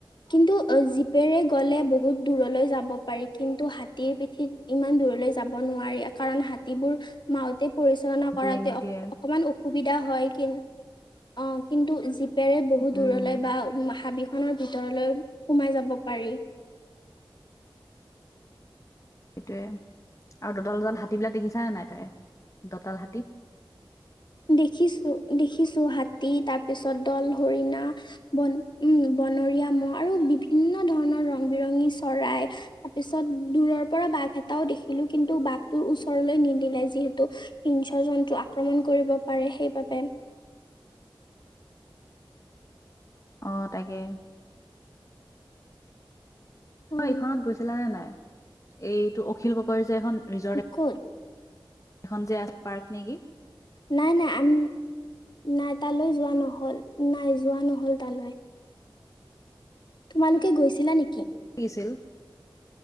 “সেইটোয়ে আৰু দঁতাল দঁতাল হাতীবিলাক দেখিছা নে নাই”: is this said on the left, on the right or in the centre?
Left